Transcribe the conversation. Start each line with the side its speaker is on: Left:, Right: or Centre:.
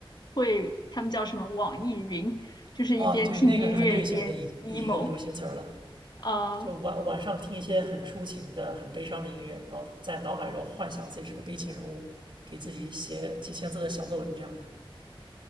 Left: 会，他们叫什么网易云，就是一边听音乐一边
Right: 哦，对，那个是很久以前的一一个流行词儿了。
Left: emo。啊。
Right: 就晚晚上听一些很抒情的、很悲伤的音乐，然后在脑海中幻想自己是个悲情人物，给自己写几千字的小作文这样的